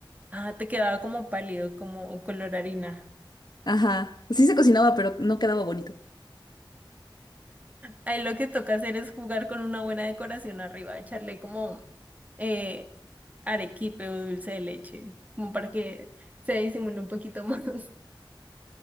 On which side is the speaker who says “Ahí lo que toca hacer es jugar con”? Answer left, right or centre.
Right